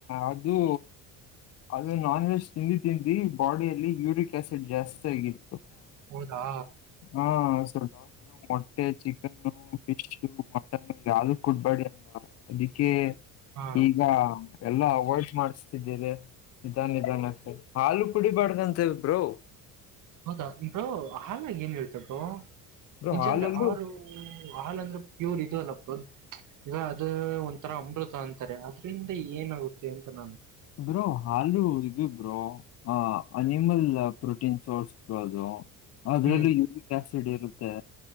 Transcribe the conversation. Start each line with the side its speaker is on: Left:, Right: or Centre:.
Left: ಅದು ಅದು ನಾನ್ ವೆಜ್ ತಿಂದಿ ತಿಂದಿ ಬಾಡಿಯಲ್ಲಿ ಯೂರಿಕ್ ಆಸಿಡ್ ಜಾಸ್ತಿ ಆಗಿದ್
Right: ಹೌದಾ?
Left: ಹ್ಮ ಹೌಸರ್. ಡಾಕ್ಟ್ರು ಮೊಟ್ಟೆ ಚಿಕನ್ನು ಫಿಶ್ ಮಟನ್ನು ಯಾವ್ದು ಕೊಡ್ಬೇಡಿ ಅಂದಾ ಅದಿಕ್ಕೆ
Right: ಹಾ
Left: ಈಗ ಎಲ್ಲಾ ಅವಾಯ್ಡ್ ಮಾಡ್ಸ್ ತಿದಿರೆ ನಿಧಾನ್ ನಿಧಾನ ಹಾಲು ಕುಡಿಬಾಡ್ದಂತೆ ಬ್ರೊ.
Right: ಹೌದಾ ಬ್ರೋ ಹಾಲ್ನಾಗ್ ಏನಿರುತ್ತೆ ಬ್ರೊ.
Left: ಬ್ರೋ
Right: ನಿಜ
Left: ಹಾಲಲ್ಲೂ
Right: ಅಂದ್ರೆ ಹಾಲು ಹಾಲ್ ಅಂದ್ರೆ ಪ್ಯೂರ್ ಇದು ಅಲ್ಲ ಬ್ರೊ ಈಗ ಅದು ಒಂಥರ ಅಮೃತ ಅಂತಾರೆ ಅದ್ರಿಂದ ಏನಾಗುತ್ತೆ ಅಂತ ನಾನು
Left: ಬ್ರೋ ಹಾಲು ಇದು ಬ್ರೋ ಆ ಅನಿಮಲ್ ಪ್ರೋಟೀನ್ ಸೋರ್ಸ್ದು ಅದು. ಅದ್ರಲ್ಲೂ
Right: ಹ್ಮ್
Left: ಯೂರೀಕ್ ಆಸ್ ಸಿಡ್ ಇರುತ್ತೆ.